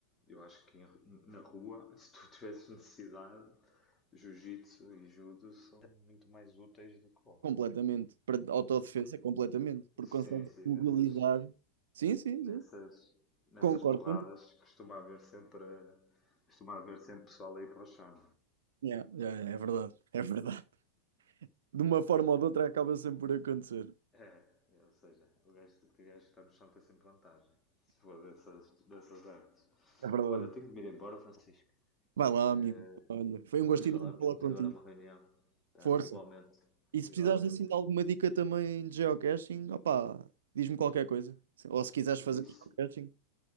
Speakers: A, on the left; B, on the right.
A: eu acho que em- na rua, <laughs> se tu tivesses necessidade, jiu-jitsu e judo são muito mais úteis do que boxe.
B: completamente. Para autodefesa,
A: Porque,
B: completamente. Porque
A: sim,
B: consegue
A: sim,
B: mobilizar.
A: nessas,
B: Sim, sim,
A: nessas,
B: sim.
A: nessas
B: Concordo
A: porradas
B: contigo.
A: costuma haver sempre, costuma haver sempre pessoal aí para o chão.
B: Yeah, yeah, é verdade, é verdade. De uma forma ou de outra acaba sempre por acontecer.
A: É, é, ou seja, o gajo que tiver que está no chão tem sempre vantagem, se for dessas, dessas artes.
B: É verdade.
A: Olha, tenho de me ir embora, Francisco.
B: Vai lá,
A: Eh,
B: amigo. Olha, foi um
A: Depois
B: gostinho
A: falamos,
B: de falar
A: vou
B: contigo.
A: ter agora uma reunião. Tá?
B: Força.
A: Igualmente,
B: E se precisares
A: igualmente.
B: assim de alguma dica também de geocaching, opá, diz-me qualquer coisa. Ou se quiseres
A: É
B: fazer
A: isso.
B: geocaching,